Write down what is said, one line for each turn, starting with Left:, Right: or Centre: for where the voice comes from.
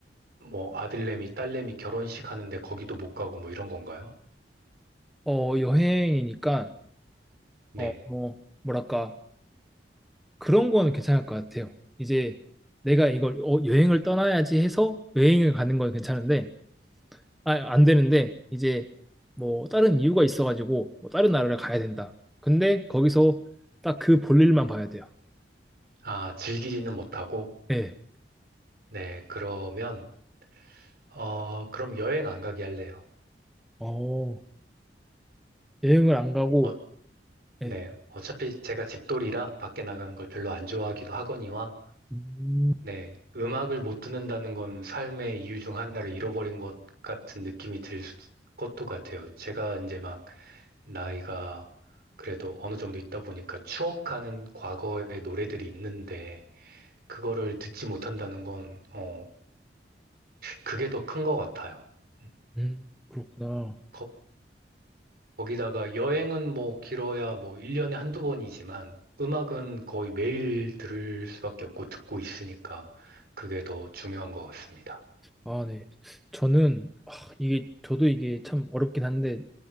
Right: 뭐 아들내미 딸내미 결혼식 하는데 거기도 못 가고 뭐 이런 건가요?
Centre: 어, 여행이니까,
Right: 네.
Centre: 어, 뭐, 뭐랄까, 그런 거는 괜찮을 것 같아요. 이제 내가 이걸 어, 여행을 떠나야지 해서 여행을 가는 건 괜찮은데, 아, 안 되는데, 이제 뭐, 다른 이유가 있어가지고, 뭐, 다른 나라를 가야 된다. 근데 거기서 딱 그 볼일만 봐야 돼요.
Right: 아, 즐기지는 못하고
Centre: 네.
Right: 네, 그러면, 어, 그럼 여행 안 가게 할래요.
Centre: 어, 여행을 안 가고,
Right: 어, 네.
Centre: 네.
Right: 어차피 제가 집돌이라 밖에 나가는 걸 별로 안 좋아하기도 하거니와,
Centre: 음,
Right: 네. 음악을 못 듣는다는 건 삶의 이유 중 하나를 잃어버린 것 같은 느낌이 들 수- 것도 같아요. 제가 이제 막 나이가 그래도 어느 정도 있다 보니까 추억하는 과거의 노래들이 있는데, 그거를 듣지 못한다는 건, 어, 그게 더 큰 것 같아요. 음,
Centre: 음, 그렇구나.
Right: 거- 거기다가 여행은 뭐 길어야 뭐 1년에 한두 번이지만 음악은 거의 매일 들을 수밖에 없고 듣고 있으니까 그게 더 중요한 것 같습니다.
Centre: 아, 네. 저는 아, 이게 저도 이게 참 어렵긴 한데